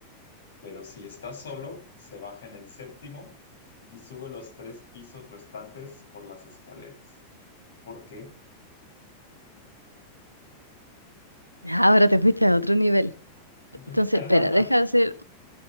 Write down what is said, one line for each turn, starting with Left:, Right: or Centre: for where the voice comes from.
Left: Pero si está solo, se baja en el séptimo y sube los tres pisos restantes por las escaleras. ¿Por qué?
Right: Ahora te fuiste a otro nivel.
Left: <laughs>
Right: Entonces, espera, deja hacer,